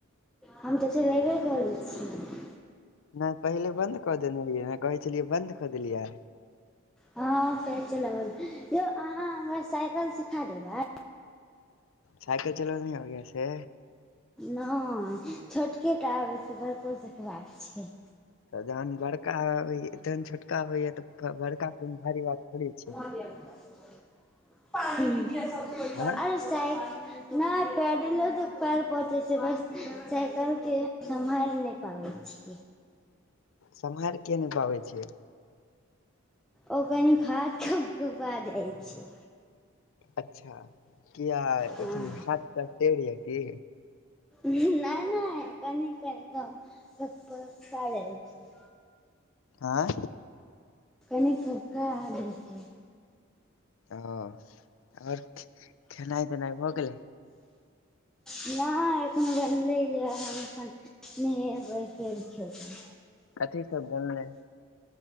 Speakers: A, in the centre; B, on the left.
A: हम तऽ चलेबे करै छियै
B: नय पहिले बन्द कऽ देने रहियै ने कहै छेलियै बन्द कऽ देलियै
A: हँ फेर चलाबअ ल यौ अहाँ हमरा साइकल सिखा देबाय
B: साइकल चलबअ नय आबैया से
A: नय छोटके टा आबै छै बड़को सिखबाक छै
B: त जहन बड़का आबैया तहन छोटका होइया तऽ बड़का कोनो भारी बात थोड़े छै
A: <unintelligible> अरे
B: हँ
A: साइ नै पैडिलो तक पैर पहुंचे छै बस साइकल के समहैर नय पाबै छी
B: सम्हारि किया नय पाबै छियै
A: ओ कनिक हाथ कप-कपा जाइ छै
B: अच्छा किया
A: हँ
B: अथि हाथ-ताथ टेढ़ हीया की
A: नय -नय कनि-कनि क कप-पका जाइ छै
B: आँय
A: कनि कबका हाल होछै
B: ओ और खेनाइ-तेनाई भऽ गेलै
A: नय एखन बनलैयाए हम एखन नहेबै फेर खेबय
B: कथी सब बनलै